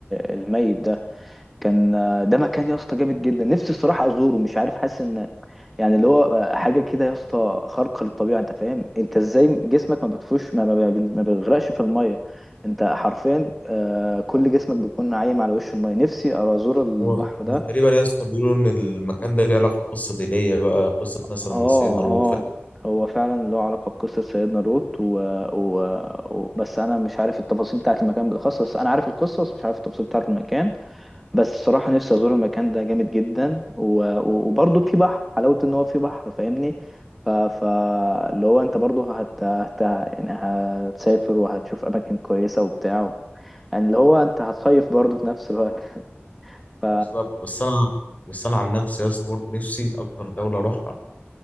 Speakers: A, in the centre; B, on the left.
A: الميت ده كان ده مكان يا اسطى جامد جدا نفسي الصراحة ازوره مش عارف حاسس ان يعني اللي هو حاجة كده يا اسطى خارقة للطبيعة انت فاهم انت ازاي جسمك ما بتفوش ما, ما, ما ما بيغرقش في المية انت حرفيا آه، كل جسمك بيكون عايم على وش المية نفسي أرى ازور البحر
B: هو
A: ده
B: تقريبا يا اسطى بيقولوا إن المكان ده ليه علاقة بقصة دينية بقى قصة
A: اه
B: مثلا سيدنا لوط
A: اه
B: ف-
A: هو فعلا له علاقة بقصة سيدنا لوط و... و... و... بس أنا مش عارف التفاصيل بتاعة المكان بالأخص بس أنا عارف القصة بس مش عارف التفاصيل بتاعة المكان بس الصراحة نفسي أزور المكان ده جامد جدا و... و... وبرضه في بحر حلاوة إن هو في بحر فاهمني ف... ف... اللي هو أنت برضه هت... هت... يعني هتسافر وهتشوف أماكن كويسة وبتاع يعني اللي هو أنت هتصيف برضه في نفس الوقت ف
B: بالظبط بس أنا بس أنا عن نفسي يا اسطى برضه نفسي أكتر دولة أروحها